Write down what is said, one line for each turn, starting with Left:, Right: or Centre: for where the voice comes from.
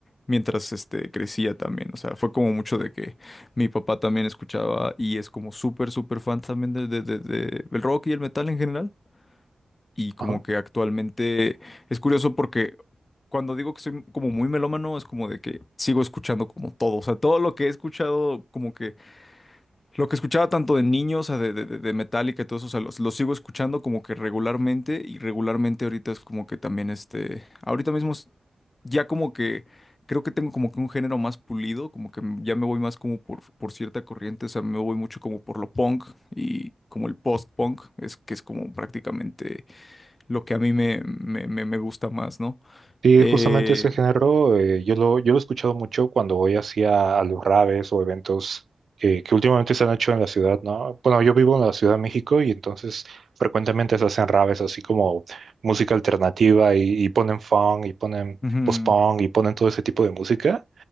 Left: mientras, este, crecía también, o sea, fue como mucho de que mi papá también escuchaba y es como súper, súper fan también de, de- de- de el rock y el metal en general. Y como
Right: ajá.
Left: que actualmente es curioso porque cuando digo que soy como muy melómano es como de que sigo escuchando como todo. O sea, todo lo que he escuchado, como que lo que escuchaba tanto de niños, o sea, de, de, de, de Metallica y todo eso, o sea, los- lo sigo escuchando como que regularmente y regularmente ahorita es como que también este, ahorita mismo ya como que creo que tengo como que un género más pulido, como que m- ya me voy más como por, por cierta corriente, o sea, me voy mucho como por lo punk y como el post-punk, es que es como prácticamente lo que a mí me, me, me, me gusta más, ¿no?
Right: Sí,
Left: Eh,
Right: justamente ese género, eh, yo lo, yo lo he escuchado mucho cuando voy hacia a los raves o eventos que, que últimamente se han hecho en la ciudad, ¿no? Bueno, yo vivo en la Ciudad de México y entonces frecuentemente se hacen raves así como música alternativa y, y ponen funk y ponen
Left: ujú,
Right: post-punk y ponen todo ese tipo de música.